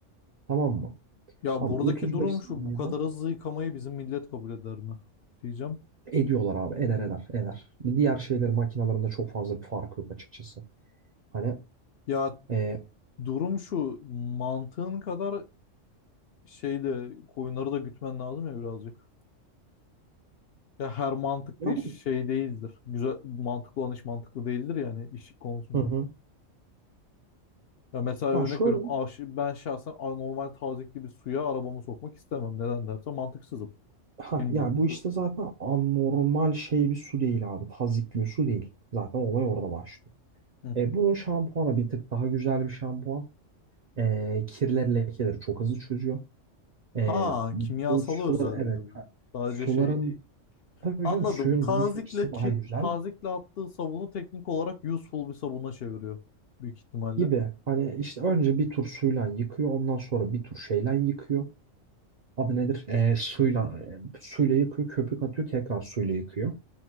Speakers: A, on the right; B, on the left.
A: Tamam mı?
B: Ya
A: Abi
B: buradaki
A: 35
B: durum
A: saniyeden
B: şu bu kadar hızlı yıkamayı bizim millet kabul eder mi? Diyeceğim.
A: ediyorlar abi. Eder eder eder. Diğer şeyler makinalarında çok fazla bir fark yok açıkçası. Hani
B: Ya
A: e,
B: durum şu mantığın kadar şey de koyunları da gütmen lazım ya birazcık. Ya her mantıklı
A: ya,
B: iş şey değildir. Güzel mantıklı olan iş mantıklı değildir yani iş konusunda.
A: hı hı.
B: Ya mesela örnek
A: Ya şöyle
B: veriyorum. aş- Ben şahsen normal tazyikli bir suya arabamı sokmak istemem. Neden derse mantıksızım.
A: Ha,
B: Bilmiyorum.
A: ya bu işte
B: Bu-
A: zaten anormal şey bir su değil abi. Tazyikli bir su değil. Zaten olay orada başlıyor.
B: Hı.
A: E, bunun şampuanı bir tık daha güzel bir şampuan. E, kirler lekeleri çok hızlı çözüyor.
B: Ha,
A: E,
B: kimyasalı
A: bu sular
B: özel
A: evet.
B: bir de bu.
A: ha.
B: Sadece
A: Suların
B: şey değil.
A: tabii
B: Anladım.
A: canım suyun
B: Tazikle
A: duruş açısı daha
B: ki
A: güzel
B: tazikle attığı sabunu teknik olarak useful bir sabuna çeviriyor büyük ihtimalle.
A: gibi. Hani işte önce bir tur suyla yıkıyor. Ondan sonra bir tur şeyle yıkıyor. Adı nedir? E, suyla, e, suyla yıkıyor. Köpük atıyor. Tekrar suyla yıkıyor.